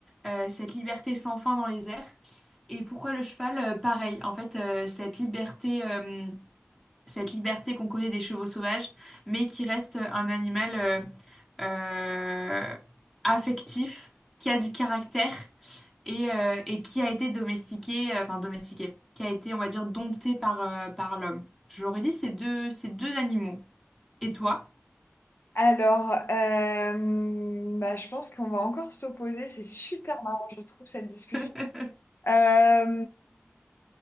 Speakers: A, in the centre; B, on the left.
A: euh, cette liberté sans fin dans les airs. Et pourquoi le cheval? Euh, pareil, en fait, euh, cette liberté. euh, cette liberté qu'on connaît des chevaux sauvages, mais qui reste un animal euh, euh, affectif, qui a du caractère et, euh, et qui a été domestiqué, euh, enfin domestiqué, qui a été, on va dire, dompté par, euh, par l'homme. J'aurais dit ces deux, ces deux animaux. Et toi?
B: Alors, euh, bah, je pense qu'on va encore s'opposer. C'est super marrant, je trouve, cette discussion.
A: <laughs>
B: Euh,